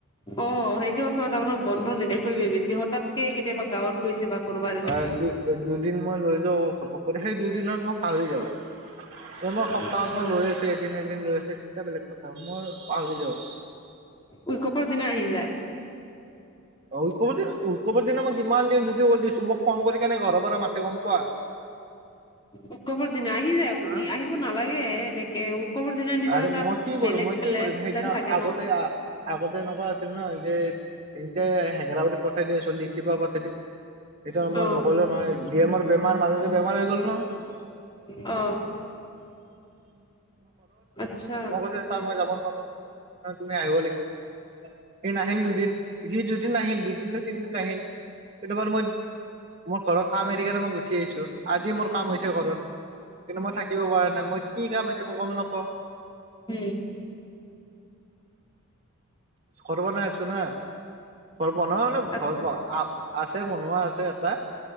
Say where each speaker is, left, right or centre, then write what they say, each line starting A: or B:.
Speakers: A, on the left (about 20°); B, on the right (about 35°).
A: অ' সেইটো সঁচা কথা বন্ধ নেদেখুৱে বেছি হঠাৎকে কেতিয়াবা গাঁৱত গৈছে বা। কৰবাত এনেকা
B: অ' দু দুদিন মই লৈ ল‌ওঁ ঘপক কৰি সেই দুদিনত মই পাহৰি যাওঁ। এ মই সপ্তাহত
A: আচ্ছা
B: মই লৈ আছো এদিন এদিন লৈ আছো তেতিয়া বেলেগ কথা মই পাহৰি যাওঁ।
A: উইকপৰ দিনা আহি যায়।
B: অ' উইকপৰ উইকপ দিনা মই কিমান দিন কৰি দিছো মোক ফোন কৰি কেনে ঘৰৰ পৰা মাতে গম পোৱা।
A: উইকবৰ দিনা আহি যায় আপুনি
B: হা
A: আহিব নালাগে এনেকে উইকপৰ দিনা নিজৰ
B: আৰু
A: এটা
B: মই কি
A: বেলেগ
B: কৰিম মই
A: প্লেন
B: কি কৰিম সেইদিনা
A: প্লেন থাকে
B: আগতে
A: ন
B: আগতে এনেকুৱা আছিল ন' যে। এনকে হেঙেৰাবাৰি পঠাই দিয়ে চলি তিপা সেইটো মই
A: অ
B: নগলেও নহয়। দি এমৰ বেমাৰ মাজতে বেমাৰ হৈ গ'ল নহয়।
A: অ'। আচ্ছা
B: চাৰ মই যাব নোৱাৰোঁ। তুমি আহিব লাগিব। সি নাহিল দুদিন। সি দুদিন নাহিল দুদিন না তিনিদিন আহিল কেতিয়াবাৰ মই মোৰ ঘৰৰ কাম এৰি কেনে মই গুচি আহিছোঁ। আজি মোৰ কাম হৈছে ঘৰত কিন্তু মই থাকিব পৰা নাই। মই কি কাম হৈছে মই গম নাপাওঁ।
A: উম।
B: ঘৰ বনাই আছো না। ঘৰ বনোৱানে
A: আচ্ছা
B: ঘৰ আছে বনোৱা আছে এটা।